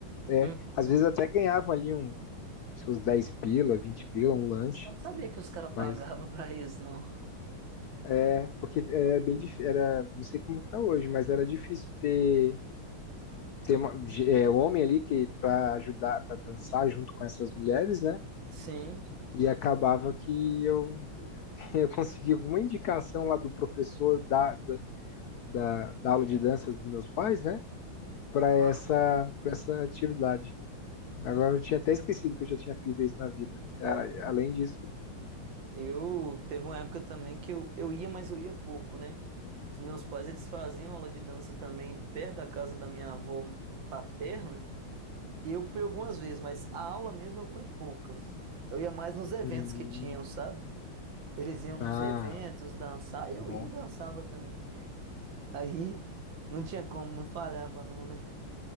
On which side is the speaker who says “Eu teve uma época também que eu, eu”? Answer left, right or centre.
Right